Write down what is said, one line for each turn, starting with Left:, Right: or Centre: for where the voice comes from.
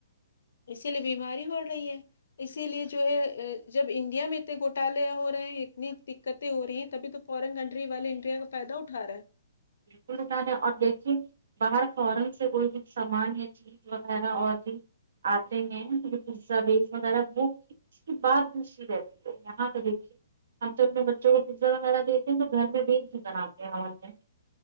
Left: اسی لیے بیماری بڑ رہی ہے اسی لیے جو ہے جب انڈیا میں اتنے گھٹالے ہو رہے ہیں اتنی یںکد ہو رہی ہیں تبھی تو فورن کنٹری والے انڈیا کا فائدہ اٹا رہا ہے
Right: بالکل اکان ہے اور دیکھیے باہر فورن سے کوئی بھی سامان یا چ وغیرہ اور بھی آتے ہیں پزا بیس وغیرہ وہ اس کی بات بھیشی رہتی ہے یہاں پہ دیکھیے ہم تو ان میں بچوں کو پزا وغیرہ دیتے ہیں تو گھر میں بینی کرناتے ہیںاز میں